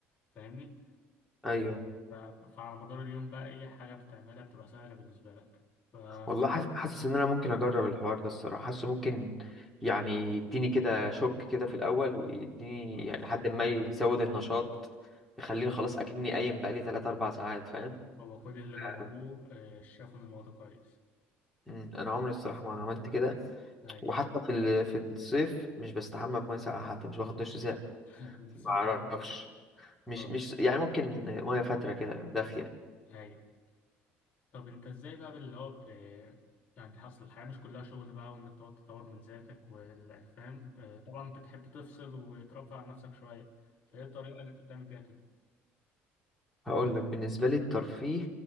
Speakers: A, on the left; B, in the centre.
A: فاهمني؟
B: ايوه
A: ف... فعلى مدار اليوم بقى أي حاجة بتعملها بتبقى سهلة بالنسبة لك ف... آه،
B: والله حاسس حاسس ان انا ممكن اجرب الحوار ده الصراحه حاسه ممكن يعني يديني كده شوك كده في الاول ويديني يعني
A: بالظبط
B: لحد ما يزود النشاط يخليني
A: أيوة.
B: خلاص اكني قايم بقالي 3 4 ساعات فاهم
A: هو كل اللي جربوه
B: آه،
A: آه، شافوا إن الموضوع كويس
B: مم. انا عمري الصراحه ما عملت كده
A: هاي
B: وحتى في ال- في الصيف مش بستحمى بميه ساقعه حتى مش باخد دش ساقع
A: <laughs> السخنة
B: ما اعرفش
A: برضه
B: مش
A: اه
B: مش يعني ممكن ميه فاتره كده دافيه
A: هاي طب انت ازاي بقى اللي هو ب... يعني حصل الحياة مش كلها شغل بقى وانك تقعد تطور من ذاتك والفهم طبعا بتحب تفصل وترفع عن نفسك شوية فايه الطريقة اللي انت بتعمل بيها كده
B: هقول لك بالنسبه لي الترفيه